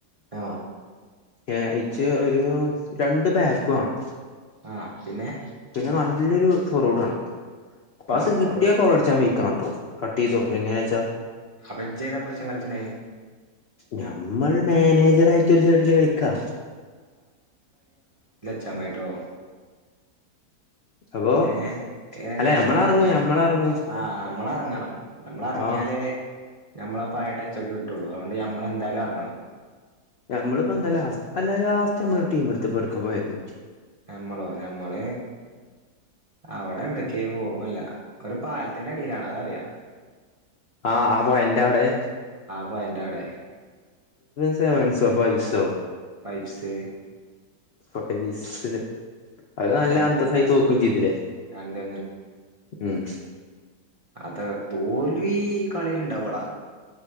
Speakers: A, on the right; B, on the left.
A: ആ
B: ഏ ഇച്ച് ഒരു രണ്ട് ബാക്ക് വേണം
A: ആ പിന്നെ
B: പിന്നെ നല്ലൊരു ഫോർറോഡ് വേണം അപ്പ
A: ആ
B: അത് കിട്ടിയാൽ
A: ഫോർവേഡ്
B: കുറ അടിച്ച് ഞാൻ വിക്കണണ്ട് ട്ടോ കട്ട് ചെയ്തോ എങ്ങനാച്ചാ
A: അപ്പ ജേതാ പുശൻ കളിച്ചണേ
B: ഞമ്മൾ മാനേജർ ആയിട്ട് ഒരു സൈഡില് കളിക്കാ
A: ചമയ്റ്റോ
B: അപ്പൊ
A: ഏ രംഗത്തക്കാണ്
B: അല്ല ഞമ്മളെറങ്ങും
A: ഇറങ്ങേ
B: ഞമ്മളെറങ്ങും
A: ആഹ നമ്മള ഇറങ്ങാം ഉം നമ്മള ഇറങ്ങിയാലേ
B: ആഹ്
A: ഞമ്മള പയടച്ചക്കെ കിട്ടുള്ളു അതുകൊണ്ട് ഞമ്മളെന്തായാലും ഇറങ്ങണം
B: നമ്മള്പ്പന്ത ലാസ്റ്റ് അല്ല ലാസ്റ്റ് നമ്മള് ടീമെടുത്ത് എവിടുക്ക പോയത്
A: മ്മളോ ഞമ്മള അവിടെ എവിടെക്ക ഓർമ്മല്ല ഒരു പാലത്തിന്റെ അടിയിലാണ് അതറിയ
B: ആഹ് അപ്പൊ അന്റെ അവിടെ
A: വയനാട്
B: സെവൻസോ ഫൈവ് സോ
A: വൈഫ്സ്
B: പപ്നീസ്സ് അത് നല്ല
A: രണ്ട്
B: അന്തസായി തോക്കുകയും ചെയ്തില്ലേ
A: രണ്ടേ
B: ഉം
A: അത് തോൽവി കളില്ണ്ടാവുടാ